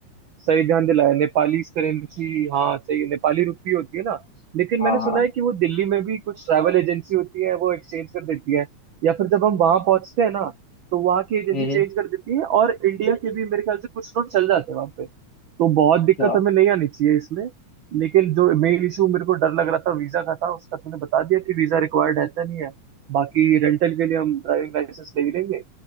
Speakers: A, on the right (about 65°); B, on the left (about 35°).
A: सही ध्यान दिलाया नेपाली करेंसी हाँ सही नेपाली रुपी होती है ना लेकिन
B: हाँ
A: मैंने सुना
B: हाँ
A: है कि वो दिल्ली में भी कुछ ट्रैवल एजेंसी होती है वो एक्सचेंज कर देती है या फिर जब हम वहां पहुंचते हैं ना तो वहां की एजेंसी
B: हम्म
A: चेंज कर देती है और इंडिया के भी मेरे ख्याल से कुछ नोट चल जाते हैं वहां पे तो बहुत
B: अच्छा
A: दिक्कत हमें नहीं आनी चाहिए इसमें लेकिन जो मेन इशू मेरे को डर लग रहा था वीजा का था उसका तुमने बता दिया कि वीजा रिक्वायर्ड है तो नहीं है बाकी रेंटल के लिए हम ड्राइविंग लाइसेंस ले ही लेंगे